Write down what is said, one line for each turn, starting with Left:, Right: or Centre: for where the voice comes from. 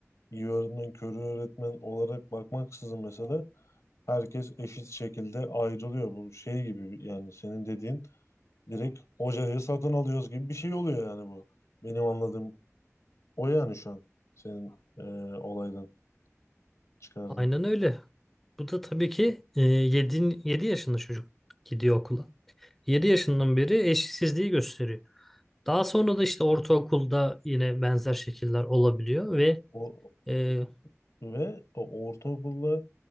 Left: iyi öğretmen, körü öğretmen olarak bakmaksızın mesela herkes eşit şekilde ayrılıyor. Bu şey gibi bir- yani senin dediğin direkt hocayı satın alıyoruz gibi bir şey oluyor yani bu. Benim anladığım o yani şu an senin e, olaydan çıkardığım.
Centre: Aynen öyle. Bu da tabii ki 7, 7 yaşında çocuk gidiyor okula. 7 yaşından beri eşitsizliği gösteriyor. Daha sonra da işte ortaokulda yine benzer şekiller olabiliyor ve
Left: O,
Centre: e,
Left: ve o ortaokulda